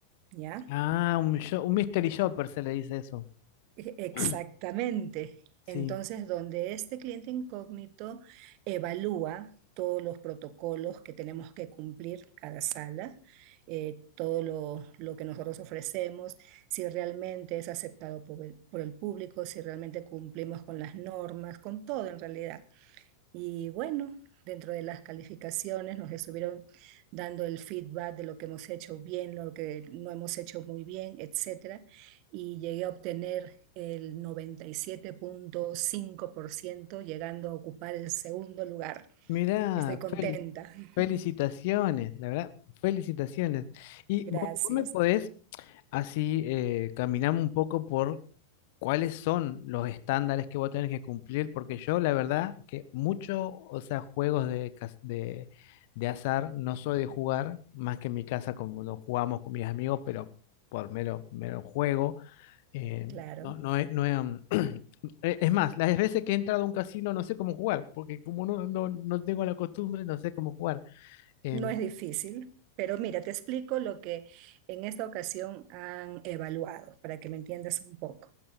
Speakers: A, on the right; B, on the left.
A: ¿ya?
B: Ah, un, sho- un mystery shopper se le dice eso.
A: E- Exactamente.
B: <clears throat> Sí.
A: Entonces, donde este cliente incógnito evalúa todos los protocolos que tenemos que cumplir cada sala, eh, todo lo, lo que nosotros ofrecemos, si realmente es aceptado por el, por el público, si realmente cumplimos con las normas, con todo en realidad. Y bueno, dentro de las calificaciones nos estuvieron dando el feedback de lo que hemos hecho bien, lo que no hemos hecho muy bien, etcétera. Y llegué a obtener el 97.5%, llegando a ocupar el segundo lugar.
B: Mirá,
A: Estoy contenta.
B: Feli,
A: <laughs>
B: felicitaciones, la verdad, felicitaciones. Y
A: Gracias.
B: vos, vos me podés así eh, caminar un poco por cuáles son los estándares que vos tenés que cumplir, porque yo la verdad que mucho, o sea, juegos de, cas- de, de azar no soy de jugar, más que en mi casa como no jugamos con mis amigos, pero por mero, mero juego. Eh,
A: Claro,
B: no, no, he- no he, um, <clears throat> e- es más, las veces que he entrado a un casino no sé cómo jugar, porque como no, no, no tengo la costumbre, no sé cómo jugar. Em,
A: no es difícil. Pero mira, te explico lo que en esta ocasión han evaluado para que me entiendas un poco.